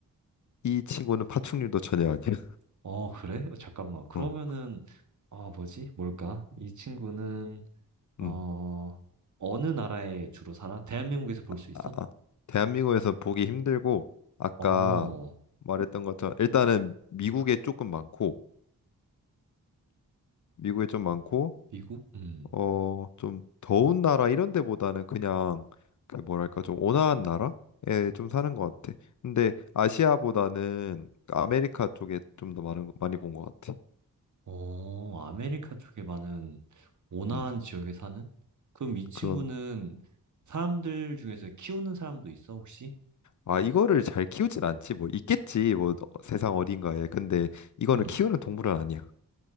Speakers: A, on the left (about 50°); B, on the right (about 50°).
A: 이 친구는 파충류도 전혀 아니야.
B: 어, 그래? 어, 잠깐만. 그러면은,
A: <laughs> 어.
B: 아, 뭐지? 뭘까? 이 친구는, 어,
A: 음.
B: 어느 나라에 주로 살아? 대한민국에서 볼
A: 아,
B: 수 있어?
A: 아. 대한민국에서 보기 힘들고 아까
B: 어,
A: 말했던 것처럼 일단은 미국에 조금 많고 미국에 좀 많고
B: 미국? 음.
A: 어, 좀 더운 나라 이런 데보다는 그냥 그 뭐랄까 좀 온화한 나라에 좀 사는 것 같아. 근데 아시아보다는 아메리카 쪽에 좀 더 많은 많이 본 것 같아.
B: 어, 아메리카 쪽에 많은 온화한
A: 음,
B: 지역에 사는? 그럼 이 친구는
A: 그런
B: 사람들 중에서 키우는 사람도 있어, 혹시?
A: 아 이거를 잘 키우진 않지 뭐 있겠지 뭐 어, 세상 어딘가에 근데 이거는
B: 어,
A: 키우는 동물은 아니야.